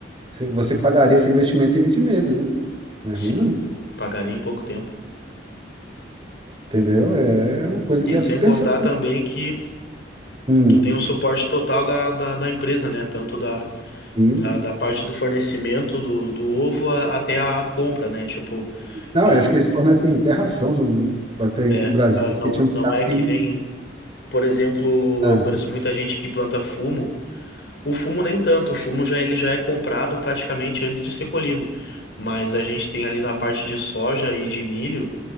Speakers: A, on the right; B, on the left.
A: Você você pagaria esse investimento em 20 meses, né? Não é
B: sim,
A: ruim, não.
B: pagaria em pouco tempo.
A: Entendeu? É uma coisa que
B: E
A: é
B: sem
A: a se pensar.
B: contar também que
A: Hum,
B: tu tem o suporte total da, da, da empresa, né, tanto da,
A: e
B: da, da parte do fornecimento do, do ovo a- até a compra, né, tipo,
A: Não,
B: eu
A: eu
B: não,
A: acho que eles fornecem até ração, são- até em
B: é,
A: Brasil,
B: ah,
A: porque
B: não,
A: tinha
B: não
A: uns caras
B: é
A: que.
B: que nem Por exemplo,
A: ah,
B: eu conheço muita gente que planta fumo. O fumo nem tanto, o fumo já ele já é comprado praticamente antes de ser colhido. Mas a gente tem ali na parte de soja e de milho,